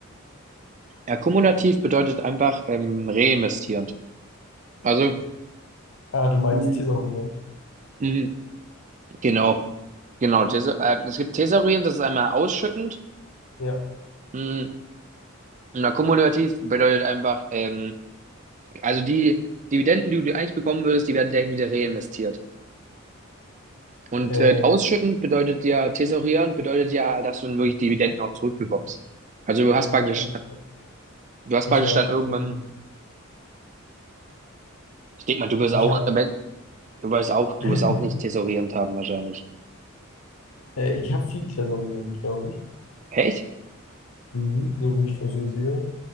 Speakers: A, on the right; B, on the left.
A: Akkumulativ bedeutet einfach ähm, reinvestierend. Also,
B: Ah, du meinst
A: hm,
B: thesaurieren.
A: hm, genau, genau. Thes- Äh, es gibt thesaurierend, das ist einmal ausschüttend.
B: Ja.
A: Hm. Und akkumulativ bedeutet einfach ähm, Also die Dividenden, die du eigentlich bekommen würdest, die werden direkt wieder reinvestiert. Und
B: Ähm,
A: äh, ausschütten bedeutet ja, thesaurieren bedeutet ja, dass du dann wirklich Dividenden auch zurückbekommst. Also du hast
B: ja,
A: praktisch,
B: also
A: du hast
B: ich
A: praktisch
B: habe
A: dann irgendwann,
B: ähm,
A: ich denke mal, du wirst
B: ich
A: auch,
B: hab,
A: äh, du wirst auch, du
B: <laughs>
A: wirst auch nicht thesaurierend haben wahrscheinlich.
B: äh, ich hab viel thesaurieren, glaube ich.
A: Echt?
B: Mhm. So wie ich das hier sehe.